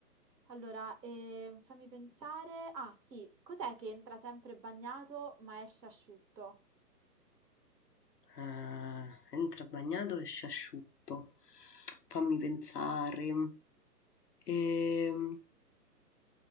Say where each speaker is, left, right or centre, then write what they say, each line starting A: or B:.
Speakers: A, on the right; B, on the left.
A: Allora, ehm, fammi pensare. Ah, sì, cos'è che entra sempre bagnato ma esce asciutto?
B: Ah, entra bagnato, esce asciutto. Fammi pensare. Ehm.